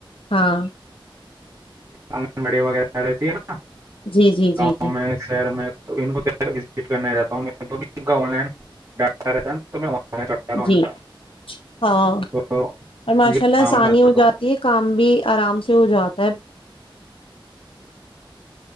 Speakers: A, on the left (about 85°); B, on the right (about 35°).
A: ہاں <unintelligible>
B: آنگن بڑی وغیرہ رہتی ہے نا <unintelligible>
A: جی جی جی
B: گاؤں
A: جی
B: میں شہر میں تو ان کو وزٹ کرنا جتا ہوں آ لائن ڈٹا رہتا تو میں <inaudible> ہوں
A: جی
B: ان کا
A: ہاں
B: تو
A: اور ماشاء
B: یہ
A: اللہ
B: کام
A: آسانی
B: ہے میرا
A: ہو
B: تو
A: جاتی ہے کام بھی آرام سے ہو جاتا ہے